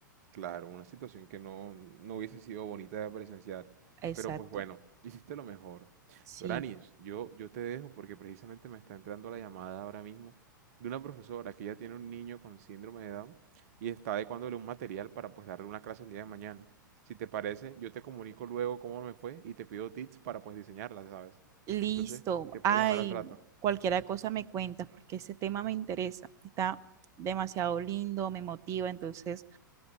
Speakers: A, on the right (about 45°); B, on the right (about 30°).
A: Claro, una situación que no, no hubiese sido bonita de presenciar.
B: Exacto.
A: Pero pues bueno, hiciste lo mejor.
B: Sí.
A: Doranis, yo, yo te dejo porque precisamente me está entrando la llamada ahora mismo de una profesora que ya tiene un niño con síndrome de Down y está adecuándole un material para pues darle una clase el día de mañana. Si te parece, yo te comunico luego cómo me fue y te pido tips para pues diseñarla, ¿sabes?
B: Listo.
A: Entonces, te puedo
B: Ay,
A: llamar al rato.
B: cualquier cosa me cuentas porque ese tema me interesa. Está demasiado lindo, me motiva, entonces...